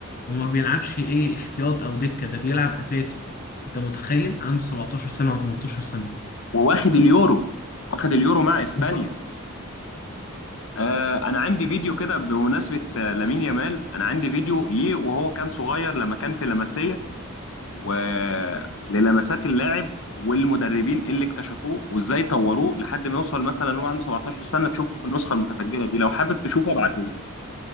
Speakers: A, on the left; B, on the left.
A: وما بيلعبش ايه احتياط او دكة ده بيلعب اساسي انت متخيل عنده 17 سنة او 18 سنة
B: وواخد اليورو واخد اليورو مع اسبانيا
A: بالظبط
B: آه انا عندي فيديو كده بمناسبة آه، لامين يامال انا عندي فيديو ليه وهو كان صغير لما كان في لاماسيا وللمسات اللاعب والمدربين اللي اكتشفوه وازاي طوروه لحد ما يوصل مثلا هو عنده 17 سنة تشوف النسخة المتفجلة دي لو حابب تشوفه ابعتهولك